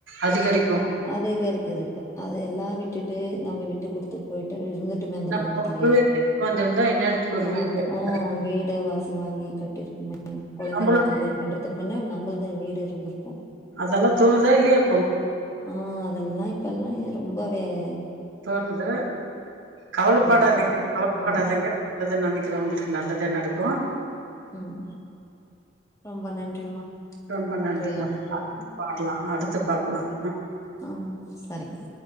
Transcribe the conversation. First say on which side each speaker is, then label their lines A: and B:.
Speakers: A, on the right; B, on the left.
A: அதிகரிக்கும்
B: அதிகரிக்குது இப்ப அத எல்லாம் விட்டுட்டு நம்ம விட்டு கொடுத்துட்டு போயிட்டு இருந்துட் அந்த
A: நம்ம
B: குடும்பத்திலயே
A: அப்பவே தெரிஞ்சு வந்திருந்தா இந்நேரத்துக்கு ஒரு வீடு
B: அப்ப
A: கட்டிருப்போ
B: ஆனா வீடு வாசல் வாங்கி கட்டிருக்குமே குழந்தைங்க
A: நம்மளு
B: கல்யாணம் பண்றதுக்கு முன்ன நம்மல்தும் வீ வீடு இருந்திருக்கும்
A: அதெல்லாம் தோணுதா இல்ல இப்
B: ஆஹ் அதெல்லாம் இப்பல்லாம் ரொம்ப வே <inaudible>
A: தோணுது கவலைப்படாதீங்க
B: இப்பல்லாம்
A: கவலைபடாதீங்க
B: ம்
A: நல்லது நினைக்கிறவங்களுக்கு நல்லதே நடக்கும்
B: உம் ரொம்ப நன்றிமா
A: ரொம்ப நன்றிமா
B: உரையாடுனதுக்கு
A: பாக்கலா அடுத்து பாக்கலாம்
B: ஹம் சரிங்க